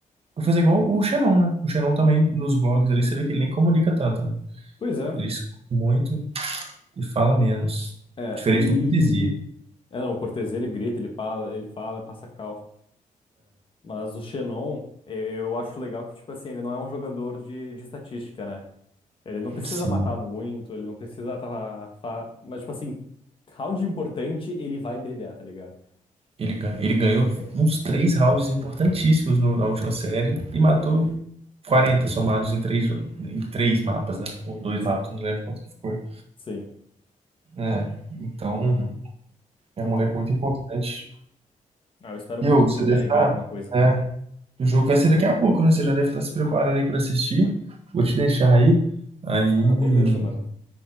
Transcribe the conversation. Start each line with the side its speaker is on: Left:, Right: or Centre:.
Right: Vou fazer igual o Xenon, né? O Xenon também, nos vlogs ali, você vê que ele nem comunica tanto, né?
Left: Pois é,
Right: Ele escuta muito e fala menos.
Left: é,
Right: Diferente
Left: e.
Right: do Cortesia.
Left: É, não, o Cortez ele grita, ele fala, ele fala, ele passa cal. Mas o Xenon, eh, eu acho legal que, tipo assim, ele não é um jogador de, de estatística, né? Ele não precisa
Right: Sim.
Left: matar muito, ele não precisa tá, fa- Mas, tipo assim, round importante, ele vai brilhar, tá ligado?
Right: Ele, gan- ele ganhou
Left: É.
Right: uns três rounds importantíssimos no- na última série e
Left: Uhum.
Right: matou 40 somados em três, jo- em três mapas, né? Ou dois
Left: Sim,
Right: mapas, não lembro quanto que ficou.
Left: sim.
Right: É, então
Left: Mas...
Right: é
Left: Tá
Right: um moleque
Left: maluco.
Right: muito importante.
Left: Ah, eu espero
Right: E
Left: muito
Right: ô,
Left: que
Right: você
Left: o MBR
Right: deve estar.
Left: ganhe alguma coisa.
Right: É, o jogo vai ser daqui a pouco, né? Você já deve estar se preparando aí para assistir. Vou te deixar aí. Aí
Left: Ah, beleza, mano.